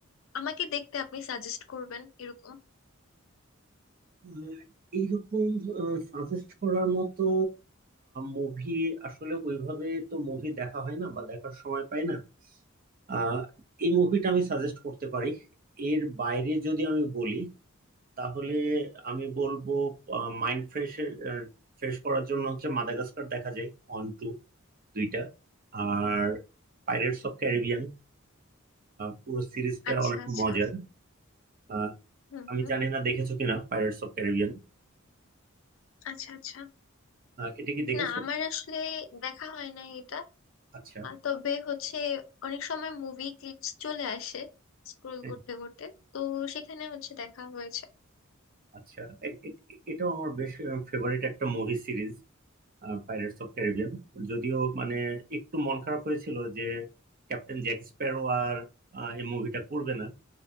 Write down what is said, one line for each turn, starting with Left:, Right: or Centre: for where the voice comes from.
Left: আমাকে দেখতে আপনি সাজেস্ট করবেন এরকম
Right: আহ, এইরকম সাজেস্ট করার মতো মুভি আসলে ওইভাবে তো মুভি দেখা হয় না বা দেখার সময় পাই না আহ, এই মুভিটা আমি সাজেস্ট করতে পারি এর বাইরে যদি আমি বলি তাহলে আমি বলবো মাইন্ড ফ্রেশ ফ্রেশ করার জন্য হচ্ছে মাদাগাস্কার দেখা যায় অন টু দুইটা আর পাইরেটস অফ ক্যারিবিয়ান পুরো সিরিজটা
Left: আচ্ছা
Right: অনেক
Left: আচ্ছা
Right: মজার আহ,
Left: হুম
Right: আমি
Left: হুম
Right: জানি না দেখেছো কিনা পাইরেটস অফ ক্যারিবিয়ান
Left: আচ্ছা আচ্ছা
Right: এটা কি দেখেছো
Left: না আমার আসলে দেখা হয় না এটা
Right: আচ্ছা
Left: আহ, তবে হচ্ছে অনেক সময় মুভি ক্লিপস চলে আসে স্ক্রোল
Right: হ্যাঁ,
Left: করতে করতে তো সেখানে হচ্ছে দেখা হয়েছে
Right: আচ্ছা এ- এ- এ- এটাও আমার বেশ ফেভারিট একটা movie series pirates of Caribbean যদিও মানে একটু মন খারাপ হয়েছিল যে ক্যাপ্টেন জ্যাক স্প্যারো আর আহ, এই মুভিটা করবে না